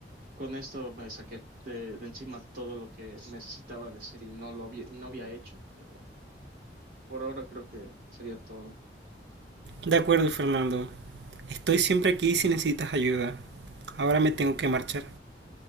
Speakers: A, on the right (about 55°); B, on the right (about 75°).
A: con esto me saqué de, de encima todo lo que necesitaba decir y no lo había, no había hecho, pero por ahora creo que sería todo.
B: De acuerdo, Fernando. Estoy siempre aquí si necesitas ayuda. Ahora me tengo que marchar.